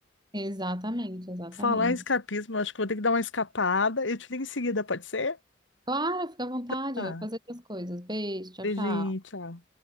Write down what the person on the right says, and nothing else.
exatamente, exatamente.
Claro, fica à vontade,
vai fazer outras coisas. Beijo, tchau,
tchau.